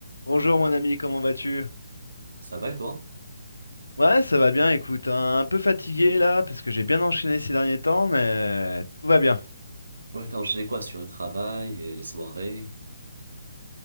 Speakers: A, on the left; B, on the right.
A: Bonjour mon ami, comment vas-tu?
B: Ça va et toi?
A: Ouais, ça va bien, écoute, hein, un peu fatigué là, parce que j'ai bien enchaîné ces derniers temps, mais tout va bien.
B: Ouais, t'as enchaîné quoi sur le travail et les soirées?